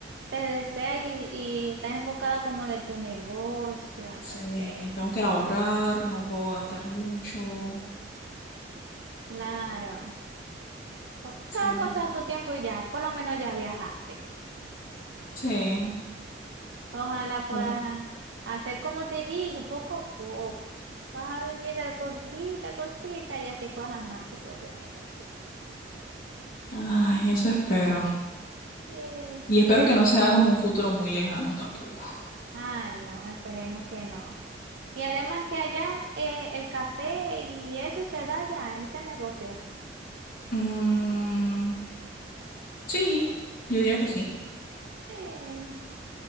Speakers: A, on the right; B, on the left.
A: te desea y, y estás enfocada como de tu negocio, entonces,
B: Sí, tengo que ahorrar, no puedo gastar mucho.
A: claro. O- Cada
B: Sí,
A: cosa a su tiempo y ya, por lo menos ya viajaste.
B: sí,
A: Ojalá
B: claro.
A: puedas hacer como te dije, poco a poco. Vas vendiendo de poquita cosita y así puedes armar tu propio negocio.
B: Ay, eso espero.
A: Sí.
B: Y espero que no sea como un futuro muy lejano tampoco.
A: Ay, no, esperemos que no. Y además que allá eh, el café y eso se da ya, en ese negocio.
B: Mm, sí, yo diría que sí.
A: Sí.